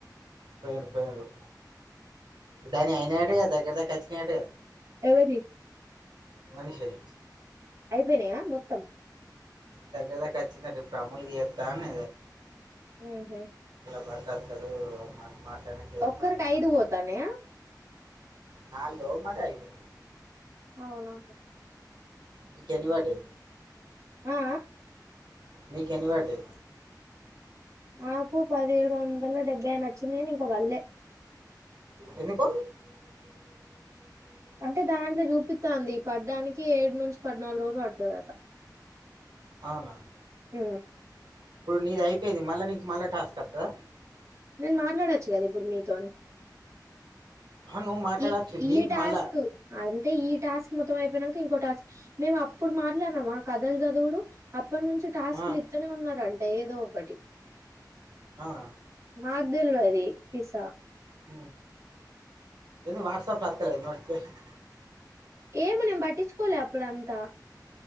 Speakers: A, on the right; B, on the right.
A: పోయిరు పోయిరు దాని అయినటుగా దగ్గర దగ్గ వచ్చినయాటుగా
B: ఎవరి
A: మనిషయి
B: అయిపోయినాయా మొత్తం
A: దగ్గర దగ్గర వచ్చిందటే ప్రముల్ గద్దాద
B: హ హమ్
A: బర్తాతడు మా మాట్లాడాక ఇ
B: ఒక్కరికి
A: దగా న
B: ఐదు
A: ఉంటే
B: పోతాన్నాయా
A: నాలుదు మరి ఐదు
B: అవునా
A: మీ కనీ వాటే
B: ఆ ఆ
A: మీకు ఎనివర్డే
B: నాకు పదిహేడు వందల డెబ్బై నచ్చింది నీక వళ్లేె
A: ఎనిక
B: అంటే దాంట్లో చూపిస్తా అంది పడ్డానికి ఏడు నుంచి పద్నాలుగు రోజులు పడుతుంది అట్
A: అవునా
B: అ
A: ఇప్పుడు నీది అయిపోయిేది మళ్ళా నీకు మళ్ళా టాస్క్ వస్తుందా
B: నేను మాట్లాడొచ్చు కదా ఇప్పుడు మీతో
A: ఆ, నువ్వు మాట్లాడచ్చు
B: ఈ
A: నీకు
B: ఈ టాస్క్
A: మళ్ళా
B: అంతే ఈ టాస్క్ మతం అయిపోయినాక ఇంకో టాస్క్ మేము అప్పుడు మాట్లాడినాం కథలు చదువుడు ఇప్పటి నుంచి టాస్క్
A: ఆ,
B: లు ఇస్తనే ఉన్నారుారంటే ఏదో ఒకటి
A: అవునా
B: మా అల్వది పిసా
A: అ వాట్సాప్ రాతలే నోటిఫికషన్
B: ఏమనం పట్టించుకోలేి అప్పుడ అంతా